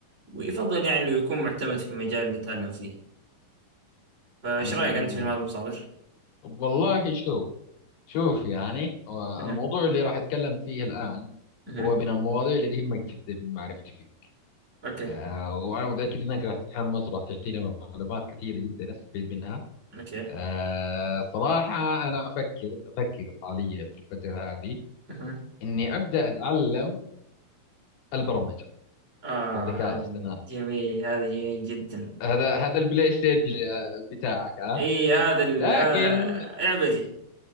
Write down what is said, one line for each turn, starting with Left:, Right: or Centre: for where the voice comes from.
Right: ويفضل يعني لو يكون معتمد في مجال اللي تعلم فيه فايش
Left: أمم،
Right: رايك انت في المال المصادر؟
Left: والله شوف شوف يعني آه،
Right: اها
Left: الموضوع اللي راح أتكلم فيه الآن
Right: اها
Left: هو من المواضيع اللي تهمك جدا من معرفتي فيك
Right: اوكي
Left: آه، وأنا متأكد أنك راح تتحمس وراح تعطينا معلومات كثيرة جدا أستفيد منها
Right: اوكي
Left: آه صراحة أنا أفكر أفكر حاليا في الفترة هذه
Right: اها
Left: إني أبدأ أتعلم البرمجة
Right: اه
Left: والذكاء
Right: هذه
Left: الاصطناعي
Right: جميل هذا جميل جدا
Left: هذا هذا البلاي ستيج ال- بتاعك ها
Right: اي هذا ال...
Left: لكن
Right: هذا اعبدي